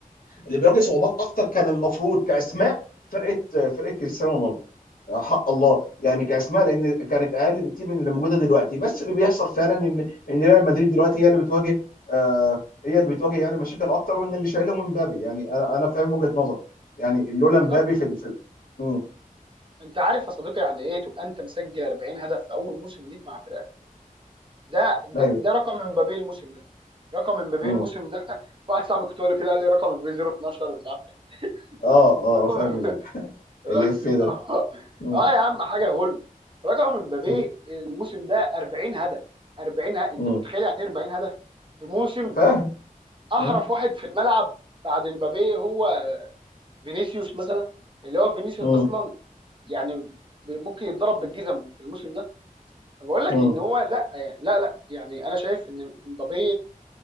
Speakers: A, on the left (about 75°); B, on the right (about 35°).
A: اللي بيواجه صعوبات اكتر كان المفروض كاسماء فرقه فرقه كريستيانو رونالدو حق الله يعني كاسماء لان كانت اقل بكتير من اللي موجوده دلوقتي بس اللي بيحصل فعلا ان ان ريال مدريد دلوقتي هي اللي بتواجه آه هي اللي بتواجه يعني مشاكل اكتر وان اللي شايلهم مبابي يعني انا انا فاهم وجهه نظر يعني لولا
B: بالظبط
A: مبابي في ال- في امم
B: انت عارف يا صديقي يعني ايه تبقى انت مسجل 40 هدف في اول موسم ليك مع فرقه ده ده,
A: ايوه
B: ده رقم امبابي الموسم ده رقم امبابي
A: امم
B: الموسم ده <laughs> في واحد صاحبي كنت بقول له كده قال لي رقم امبابي 012 مش عارف إيه.
A: اه اه
B: رقم
A: آه، فاهم
B: امبابي
A: ال-
B: <laughs>
A: الاف ده
B: اه
A: امم
B: آه يا عم حاجه غل رقم امبابي
A: امم
B: الموسم ده 40 هدف 40 ه... انت
A: امم
B: متخيل يعني ايه 40 هدف في موسم
A: فاهم
B: احرف
A: امم
B: واحد في الملعب بعد امبابي هو فينيسيوس مثلا اللي هو فينيسيوس
A: امم
B: اصلا يعني ممكن يتضرب بالجزم في الموسم ده فبقول لك
A: امم
B: ان هو لا يعني لا لا يعني انا شايف ان امبابي